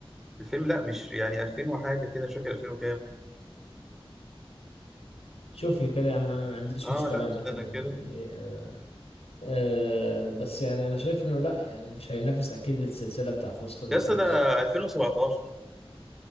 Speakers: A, in the centre; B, on the left.
A: الفيلم لا مش يعني 2000 وحاجه كده مش فاكر 2000 وكام
B: شوف لي كده يا عم انا ما عنديش
A: اه
B: مشكله
A: لا
B: عامه
A: استنى
B: يعني
A: كده
B: آه آه، بس يعني انا شايف انه لا يعني مش هينافس اكيد السلسله بتاع فاست اند
A: يا اسطى
B: فيرس
A: ده 2017